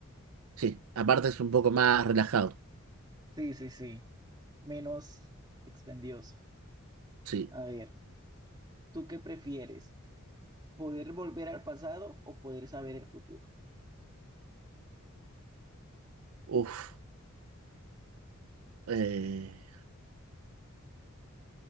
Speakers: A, on the right (about 80°); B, on the right (about 20°).
A: sí. Aparte es un poco más relajado.
B: Sí, sí, sí. Menos expendioso.
A: Sí.
B: A ver. ¿Tú qué prefieres? ¿Poder volver al pasado o poder saber el futuro?
A: Uf. Eh,